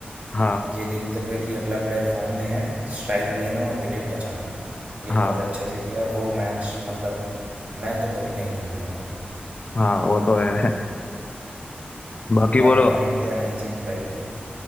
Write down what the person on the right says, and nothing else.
ये देखते हुए कि अगला प्लेयर फॉर्म में है स्ट्राइक देना और विकेट बचाना ये
बहुत अच्छे से किया और वो मैच मतलब मैं तो कभी नहीं भूल पाऊँगा
बाकी
हाँ इंडिया नहीं जीत पाई थी